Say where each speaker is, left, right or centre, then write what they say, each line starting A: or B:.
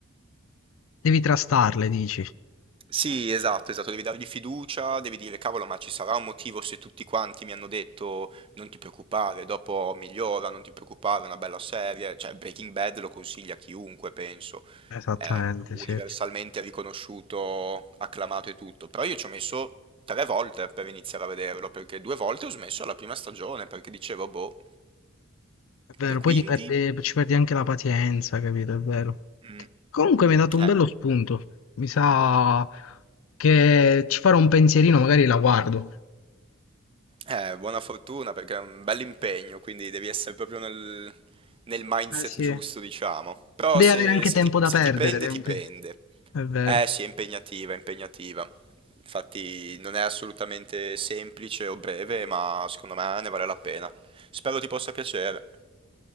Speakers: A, on the left; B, on the right.
A: Devi trastarle, dici.
B: Sì, esatto, esatto, devi dargli fiducia, devi dire cavolo, ma ci sarà un motivo se tutti quanti mi hanno detto non ti preoccupare, dopo migliora, non ti preoccupare, è una bella serie, cioè Breaking Bad lo consiglia a chiunque, penso,
A: Esattamente,
B: è universalmente
A: sì.
B: riconosciuto, acclamato e tutto, però io ci ho messo tre volte per iniziare a vederlo, perché due volte ho smesso alla prima stagione, perché dicevo, boh,
A: È vero,
B: e quindi...
A: poi ti perdi- ci perdi anche la pazienza, capito? È vero.
B: mm,
A: Comunque mi hai dato un
B: eh.
A: bello spunto. Mi sa che ci farò un pensierino, magari la guardo.
B: Eh, buona fortuna perché è un bel impegno, quindi devi essere proprio nel, nel mindset
A: Eh sì.
B: giusto, diciamo. Però
A: Devi
B: se,
A: avere anche
B: se
A: tempo
B: ti,
A: da
B: se
A: perdere,
B: ti prende,
A: devi
B: ti
A: anche-
B: prende.
A: È vero.
B: Eh sì, è impegnativa, è impegnativa. Infatti non è assolutamente semplice o breve, ma secondo me ne vale la pena. Spero ti possa piacere.